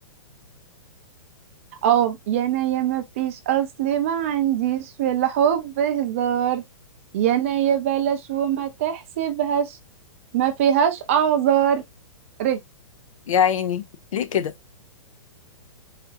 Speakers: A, on the right; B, on the left.
A: اه يا انا يا ما فيش اصل ما عنديش في الحب هزار يا انا يا بلاش وما تحسبهاش ما فيهاش اعذار ره
B: يا عيني ليه كده